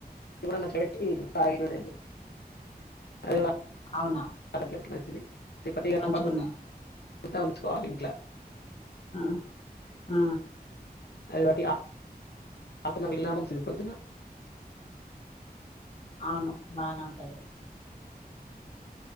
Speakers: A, on the left; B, on the left.
A: <inaudible> మస బెట్టి తాగినా నేను <inaudible>
B: అవునా
A: ఆరోగ్యానికి మంచిది తిప్ప తీ <inaudible>
B: మంచిగున్నాయి
A: ఉంచుకోవాలి ఇంట్లా
B: అ అ అ
A: అది బట్టి ఆ ఆకున విల్నా మంచిది ప్రొద్దునా
B: అవును బానే ఉంటాయి